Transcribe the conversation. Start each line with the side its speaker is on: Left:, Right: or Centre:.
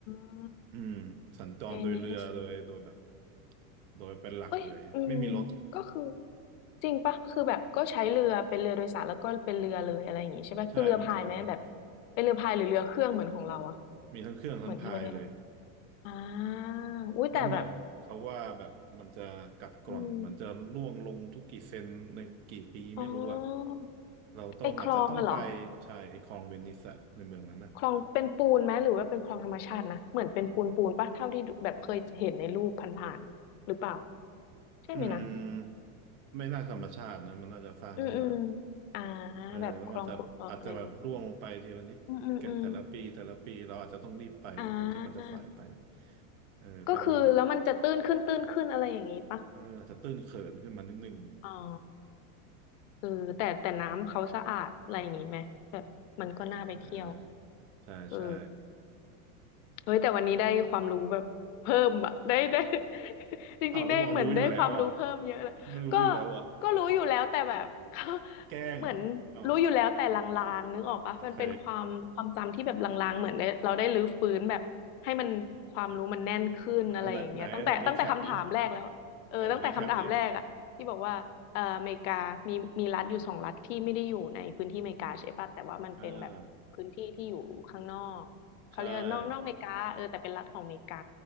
Left: า
Right: อืมสัญจรโดยเรือโดยโดยแบบ
Left: เวนิส
Right: โดยเป็นหลักเลยไม่มีรถ
Left: เอ้ยอืมก็คือจริงปะคือแบบก็ใช้เรือเป็นเรือโดยสารแล้วก็เป็นเรือเลยอะไรอย่างงี้ใช่ปะคือเรือพายไหมแบบ
Right: ใช่มันจะเป็น
Left: เป็นเรือพายหรือเรือเครื่องเหมือนของเราอะ
Right: มีทั้งเครื่องทั้งพายเลย
Left: เหมือนที่ประเทศเราอ่าอุ้ยแต่แบบ
Right: แล้วเหมือนเขาว่าแบบมันจะกัดกร่อนมันจะร่วงลงทุกกี่เซนในกี่ปีไม่รู้อะ
Left: อืมอ๋อ
Right: เราต้องอาจจะต้องไป
Left: ไอคลองอะเหรอ
Right: ใช่ไอ้คลองเวนิสอะในเมืองนั้นอะ
Left: คลองเป็นปูนไหมหรือว่าเป็นคลองธรรมชาตินะเหมือนเป็นปูนปูนปะเท่าที่ดูแบบเคยเห็นในรูปผ่านๆหรือเปล่าใช่ไหมนะ
Right: อืมไม่น่าธรรมชาตินะมันน่าจะสร้างขึ้นมา
Left: อืมอืมอ่า
Right: เออแล้วมันจะอาจจะแบบร่วงลงไปทีละนิดเกิดแต่ละปีแต่ละปีเราอาจจะต้องรีบไปก่อนที่มันจะสายไป
Left: แบบคลองขุดคลองอะไรอย่างงี้อืมอืมอืมอ่า
Right: เออไปดูก่อน
Left: ก็คือแล้วมันจะตื้นขึ้นตื้นขึ้นอะไรอย่างงี้ปะ
Right: เอออาจจะตื้นเขินขึ้นมานิดนึง
Left: อ๋อเออแต่แต่น้ำเขาสะอาดอะไรอย่างงี้ไหมแบบมันก็น่าไปเที่ยว
Right: เออใช่ใช่
Left: เออ เฮ้ยแต่วันนี้ได้ความรู้แบบเพิ่มอะได้ได้ <laughs> จริงๆได้เหมือนได้ความรู้เพิ่มเยอะเลยก็
Right: อ้าวแล้วบอกรู้อยู่แล้วเหรอไม่รู้อยู่แล้วเหรอ
Left: ก็รู้อยู่แล้วแต่แบบเขา
Right: แกล้งเหรออ๋อ
Left: เหมือนรู้อยู่แล้วแต่ลางๆนึกออกปะมันเป็นความความจำที่แบบลางๆเหมือนได้เราได้รื้อฟื้นแบบให้มันความรู้มันแน่นขึ้นอะไรอย่างเงี้ยตั้งแต่ตั้งแต่คำถามแรกแล้วเออตั้งแต่คำถามแรกอะที่บอกว่าเอ่ออเมริกามีมีรัฐอยู่สองรัฐที่ไม่ได้อยู่ในพื้นที่อเมริกาใช่ปะแต่ว่ามันเป็นแบบพื้นที่ที่อยู่ข้างนอก
Right: โอเคเอาไหนไหนไหนรีแคปดิเออรีแคปดิอ่า
Left: เขาเรียกว่านอกนอกอเมริกาเออแต่เป็นรัฐของอเมริกา
Right: ใช่